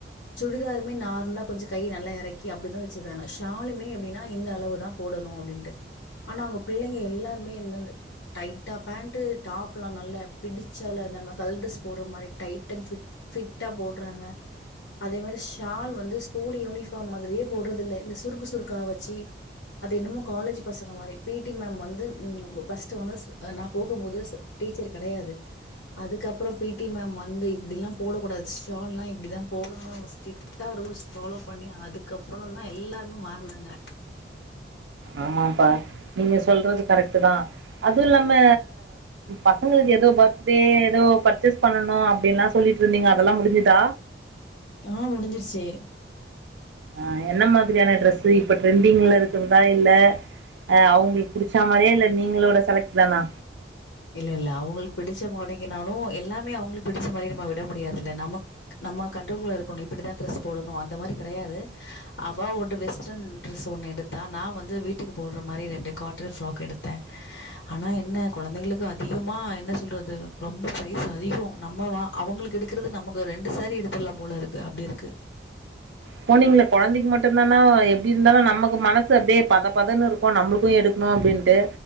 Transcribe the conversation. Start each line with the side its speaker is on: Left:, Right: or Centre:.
Left: சுடிதாருமே நார்மலா கொஞ்சம் கை நல்லா இறக்கி அப்பிடி தான் தச்சுருப்பாங்க ஷால் மே எப்பிடினா னா இந்த அளவு தான் போடணும் அப்டீன்னுட்டு ஆனா அவங்க பிள்ளைங்க எல்லாருமே என்ன டைட்டா பாண்ட்டு டாப்ஸ் நல்லா பிடிச்சி அதில நம்ம கல்திஸ் போடுற மாரி டைட் ஆண்டு பிட்டா போடுறாங்க அதே மாரி ஷால் வந்து ஸ்கூல் யூனிபோர்ம் மாதிரியே போடுறது இல்ல இந்த சுருக்கு சுருக்குகா வச்சி வச்சி அது என்னமோ காலேஜ் பசங்க மாரி பி டி மேம் வந்து பஸ்ட் வந்ததும் நான் போகும் போது டீச்சர் கிடையாது அதுக்கப்புறம் பி டி மேம் வந்து இப்பிடில்லாம் போடா கூடாது ஷால்லாம் இப்பிடி தான் போடணும் ஸ்ட்ரிக்ட் ஆஹ் ரூல்ஸ் பால்லொவ் பண்ணி அதுக்கப்புற தான் எல்லாரு மாறுநாங்க
Right: ஆமாப்பா நீங்க சொல்றது கரெக்ட் தான் அதுவும் இல்லாம பசங்களுக்கு ஏதோ பர்த்டே ஏதோ பர்ச்சேஸ் பண்ணணு அப்படின்னுல்லா சொல்லிட்டு இருந்தீங்க அதெல்லாம் முடிஞ்சுதா
Left: ஆஹ் முடிஞ்சிருச்சு
Right: ஆஹ் என்ன மாதிரியான ட்ரெஸ் இப்ப ட்ரெண்டிங்ல இருக்கிறதா இல்ல அஹ் அவங்களுக்கு புடிச்ச மாரியா இல்ல நீங்களோட செலக்ட் தானா
Left: இல்ல இல்ல அவங்களுக்கு பிடிச்ச உடைங்க நாளு எல்லாமே அவங்களுக்கு பிடிச்ச மாரி நம்ம விட முடியாது இல்ல நமக்கு நம்ம கண்ட்ரோல் இருக்கணு இப்பிடி தான் டிரஸ் போடணு அந்த மாரி கிடையாது அவ ஒரு வெஸ்டர்ன் டிரஸ் ஒன்னு எடுத்தா நான் வந்து வீட்டுக்கு போடுற மாரி ரெண்டு காட்டன் பிராக் எடுத்தேன் ஆனா என்ன குழந்தைகளுக்கு அதிகமா என்ன சொல்றது ரொம்ப பிரைஸ் அதிகம் நம்ம அவங்களுக்கு எடுக்குறது நமக்கு ரெண்டு சாரி எடுத்திரலா போல இருக்கு அப்பிடி இருக்கு
Right: போனீங்களா குழந்தைக்கு மட்டும்தானா எப்படி இருந்தாலு நமக்கு மனசு அப்படியே பத பதன்னு இருக்கு நம்மளுக்கு எடுக்கணு அப்படின்ட்டு